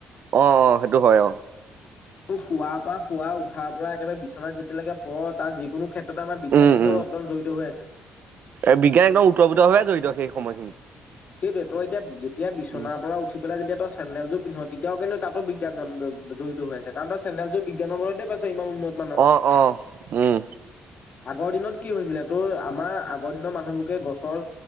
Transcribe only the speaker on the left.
পোৱাৰ পৰা শুৱ উঠাৰ পৰা একেবাৰে বিচনাত যেতিয়ালৈকে প তাৰ যিকোনো ক্ষেত্ৰত তে আমাৰ বিজ্ঞান
কিন্তু
একদম জড়িত হৈ আছে।
তই এতিয়া যেতিয়া বিচনাৰ
পৰা উঠি পেলাই যেতিয়া চেনেল যোৰ পিন্ধ। তেতিয়াও কিন্তু তাতো বিজ্ঞান জড়িত হৈ আছে, কাৰণ চেনেল যোৰ বিজ্ঞৰ বিজ্ঞানৰ উ মান
<unintelligible>
আগৰ দিনত কি হৈছিলে তোৰ আমাৰ আগৰ দিনৰ মানুহবোৰকে গছৰ